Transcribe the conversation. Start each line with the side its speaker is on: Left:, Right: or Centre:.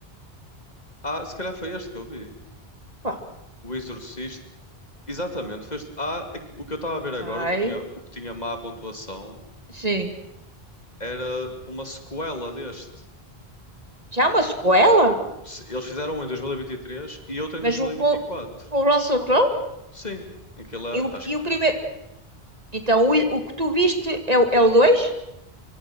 Left: Ah, se calhar foi este que eu vi.
Right: Qual?
Left: O Exorcista. Exatamente, foi este. Ah, é que- o que eu estava a ver agora,
Right: Ai,
Left: o que tinha, o que tinha má pontuação,
Right: sim.
Left: era uma sequela deste.
Right: Já é uma sequela?
Left: Se- Eles fizeram um em 2023 e vinte e três e outro em
Right: Mas
Left: 2024.
Right: o, com, com o Russell Crowe?
Left: Sim, em que ele, é,
Right: E o,
Left: acho
Right: e
Left: que.
Right: o primeiro.
Left: é,
Right: Então, o, o que tu viste é, o- é o dois